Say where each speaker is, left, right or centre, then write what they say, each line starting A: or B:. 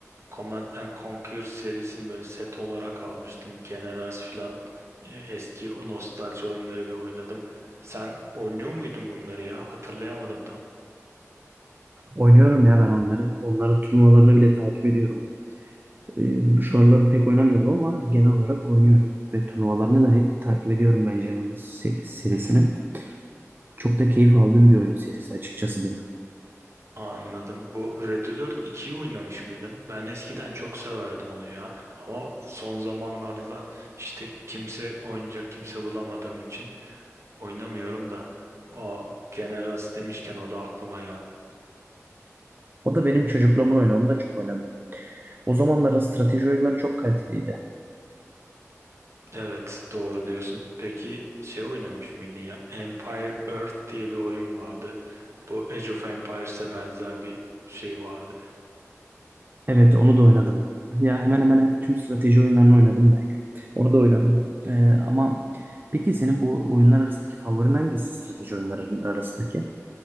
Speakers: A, on the right (about 60°); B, on the right (about 40°).
A: Command and Conquer serisini böyle set olarak almıştım. Generals filan. Ee, eski o nostalji oyunları bir oynadım. Sen oynuyor muydun bunları ya? Hatırlayamadım tam.
B: Oynuyorum ya ben onları. Onların turnuvalarını bile takip ediyorum. E, şu aralar pek oynamıyorum ama genel olarak oynuyorum ve turnuvalarını da hep takip ediyorum bence serisinin. Çok da keyif aldığım bir oyun serisi açıkçası benim.
A: Anladım. Bu Red Alert 2'yi oynamış mıydın? Ben eskiden çok severdim onu ya. Ama son zamanlarda işte kimse oynayacak kimse bulamadığım için oynamıyorum da. O Generals demişken o da aklıma geldi.
B: O da benim çocukluğumun oyunu. Onu da çok oynadım. O zamanların strateji oyunları çok kaliteliydi.
A: Evet doğru diyorsun. Peki şey oynamış mıydın ya? Empire Earth diye bir oyun vardı. Bu Age of Empires'e benzer bir şey vardı.
B: Evet, onu da oynadım. Ya hemen hemen tüm strateji oyunlarını oynadım ben ya. Onu da oynadım. Ee, ama peki senin bu oyunlar arasındaki favorin hangisi strateji oyunlarının arasındaki?